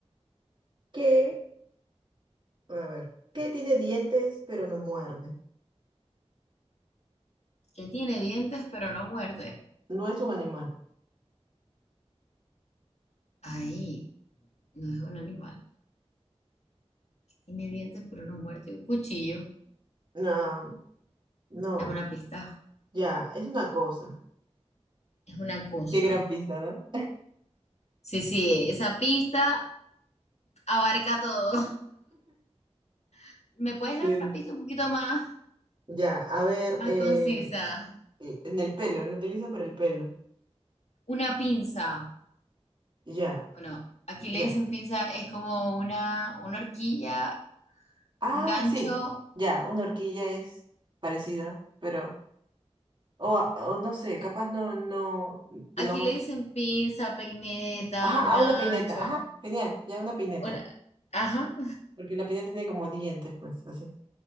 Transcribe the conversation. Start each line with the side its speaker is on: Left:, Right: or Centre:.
Right: ¿qué? A ver. ¿Qué tiene dientes pero no muerde?
Left: Que tiene dientes, pero no muerde.
Right: No es un animal.
Left: Ay, no es un animal. Tiene dientes, pero no muerde. Un cuchillo.
Right: No, no.
Left: Dame una pista.
Right: Ya, es una cosa.
Left: Es una cosa.
Right: Qué gran pista, ¿no?
Left: Sí, sí, esa pista abarca todo. <laughs> ¿Me puedes
Right: Sí.
Left: dar una
Right: sí.
Left: pista un poquito más,
Right: Ya, a ver.
Left: más
Right: eh,
Left: concisa?
Right: eh, en el pelo, lo utiliza para el pelo.
Left: Una pinza.
Right: Ya,
Left: Bueno, aquí le
Right: ya.
Left: dicen pinza, es como una, una horquilla
Right: Ah,
Left: Gancho,
Right: sí, ya, una horquilla es parecido, pero, o, a- o no sé, capaz no, no, digamos,
Left: aquí le dicen pinza, peineta,
Right: ajá, ah,
Left: gancho.
Right: una peineta, ajá, genial, ya una peineta,
Left: Una, ajá,
Right: porque la peineta tiene como dientes, pues, así.